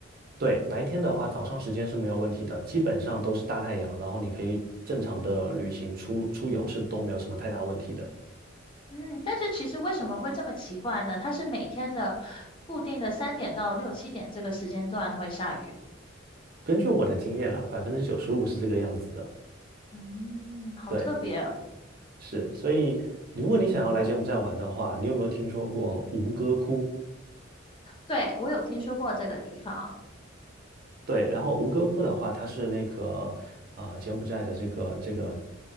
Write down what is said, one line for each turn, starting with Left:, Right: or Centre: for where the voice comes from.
Right: 对，白天的话早上时间是没有问题的，基本上都是大太阳，然后你可以正常的旅行出出游是都没有什么太大问题的。
Left: 嗯，但是其实为什么会这么奇怪呢？它是每天的固定的三点到六七点这个时间段会下雨。
Right: 根据我的经验啦，百分之九十五是这个样子的。
Left: 嗯，好特别。
Right: 对，是，所以如果你想要来柬埔寨玩的话，你有没有听说过吴哥窟？
Left: 对，我有听说过这个地方。
Right: 对，然后吴哥窟的话，它是那个呃柬埔寨的这个这个